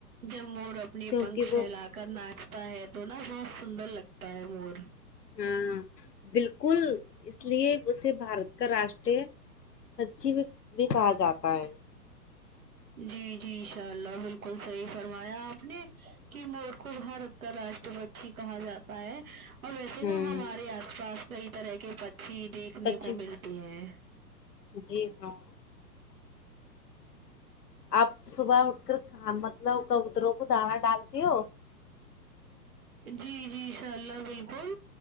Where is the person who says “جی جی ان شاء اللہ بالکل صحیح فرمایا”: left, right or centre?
Right